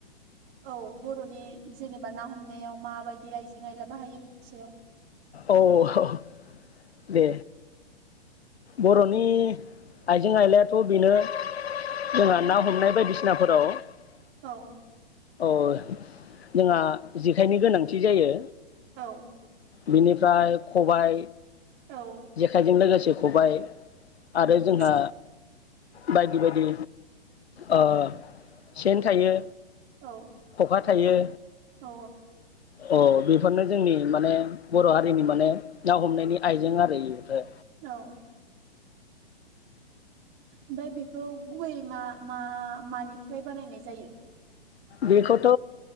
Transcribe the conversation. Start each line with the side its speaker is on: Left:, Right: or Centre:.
Right: औ बर'नि जेनेबा ना हमनायाव माबायदि आइजें आयला बाहायो बिनि सायाव
Left: औ <inaudible> दे बर'नि आइजें आइलायाथ' बेनो जोंहा
Right: औ
Left: ना हमनाय बायदिसिना ना फोराव <unintelligible>
Right: औ
Left: औ जोंहा जेखायनि गोनांथि जायो।
Right: औ।
Left: बिनिफ्राय खबाय
Right: औ
Left: जेखाइजों लोगोसे खबाय आरो
Right: उम
Left: जोंहा बायदि बायदि अ सेन थायो
Right: औ
Left: खखा थायो
Right: औ
Left: औ बिथ बेफोरनो जोंनि माने बर' हारिनि माने ना हमनायनि आइजें आरो बेफोर
Right: औ ओमफाय बेखौ गुबै मा मा मानिफ्राय बानायनाय जायो
Left: बेखौथ'